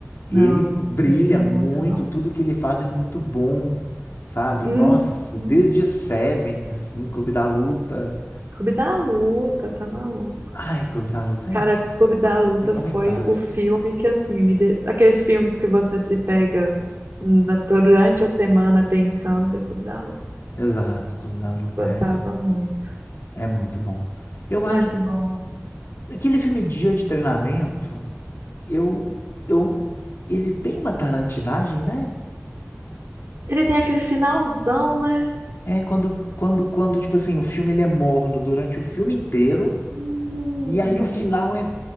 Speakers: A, on the left; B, on the right.
A: Ele
B: não,
A: brilha
B: ele é
A: muito,
B: muito bom.
A: tudo que ele faz é muito bom, sabe?
B: Uhum.
A: Nossa, desde Seven, assim, Clube da Luta.
B: Clube da Luta, tá maluco.
A: Ai, Clube da Luta
B: Cara,
A: é,
B: Clube da Luta
A: tem comentários.
B: foi o filme que, assim, me de... aqueles filmes que você se pega na- durante a semana pensando, foi Clube da Luta.
A: Exato, Clube da Luta
B: Gostava
A: é,
B: muito.
A: é muito bom. Eu acho,
B: Muito bom.
A: aquele filme Dia de Treinamento, eu, eu, ele tem uma tarantinagem, né?
B: Ele tem aquele finalzão, né?
A: É quando, quando, quando, tipo assim, o filme ele é morno durante o filme inteiro,
B: Hum.
A: e aí o final é,